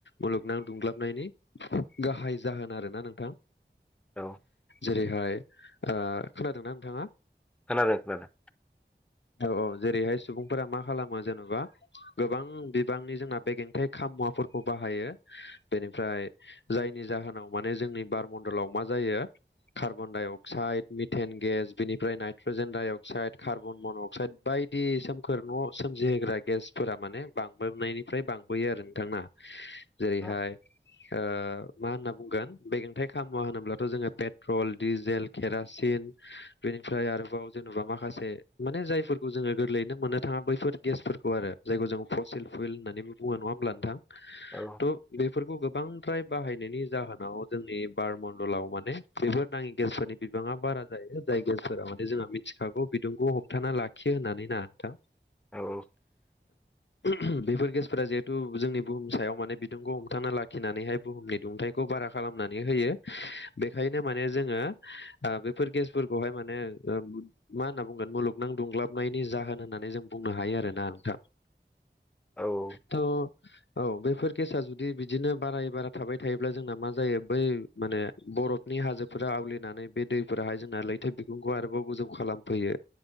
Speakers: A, on the left; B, in the centre.
A: मुलुगनां दुंग्लाबनायनि गाहाय जाहोन आरोना नोंथां
B: औ
A: जेरैहाय ओ खोनादोंना नोंथाङा
B: खोनादों खोनादों
A: औ औ जेरैहाय सुबुंफोरा मा खालामो जेनेबा गोबां बिबांनि जोंना बेगेंथाइ खाम मुवाफोरखौ बाहायो बेनिफ्राय जायनि जाहोनाव माने जोंनि बारमण्डलाव मा जायो यो carbon dioxide methane gas बिनिफ्राय nitrogen dioxide carbon monoxide बायदि सोमखोर न' सोमजिहोग्रा गेसफोरा माने बांबोनायनिफ्राय बांबोयो आरो नोंथां ना जेरै
B: औ
A: हाय ओ मा होनना बुंगोन बेगेंथाइ खामुवा होनोब्लाथ' जोङो पेट्रल डिजेल केरासिन बे बेनिफ्राय आरोबाव जेनेबा माखासे माने जायफोरखौ जोङो गोरलैयैनो मोननो थाङा बैफोर गेसफोरखौ आरो जायखौ जोङो फसिल फुइल होननानै बुङो नङा नङा होमब्ला नोंथां
B: औ
A: थ' बेफोरखौ गोबां फ्राय बाहायनायनि जाहोनाव जोंनि बारमण्डलाव माने बेफोर नाङि गेसफोरनि बिबाङा बारा जायो। जाय गेसफोरा माने जोंहा मिथिखागौ बिदुं हमथाना लाखियो होननानै ना नोंथां?
B: औ
A: ओहोम बेफोर गेसफोरा जिहेथु जोंनि बुहुम सायाव माने बिदुंखौ हमथाना लाखिनानैहाय बुहुमनि दुंथाइखौ बां बारा खालामनानै होयो बेखायनो माने जोङो ओ बेफोर गेसफोरखौहाय माने मा मा होनना बुंगोन मुलुगनां दुंग्लाबनायनि जाहोन होननानै जों बुंनो हायो आरोना नोंथां।
B: औ औ।
A: थ' औ बेफोर गेसा जुदि बिदिनो बाराय बारा थाबाय थायोब्ला जोंना मा जायो बै माने बरफनि हाजोफोरा आवलिनानै बे दैफोराहाय जोंना लैथो बिखुंखौ आरोबाव गोजौ खालाम फैयो